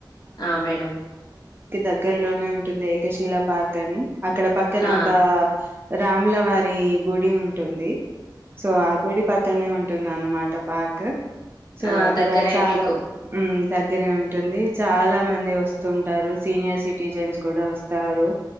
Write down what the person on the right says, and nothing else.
దగ్గర్లోనే ఉంటుంది ఏకశిల పార్క్ అని అక్కడ పక్కన
ఒకా రాముల వారి గుడి ఉంటుంది సో ఆ గుడి పక్కనే ఉం టుందనమాట పార్క్ సో
అక్కడ
చాలా
ఉమ్ దగ్గరే ఉంటుంది చాలా మంది వస్తుంటారు సీనియర్ సిటిజన్స్ కూడా వస్తారు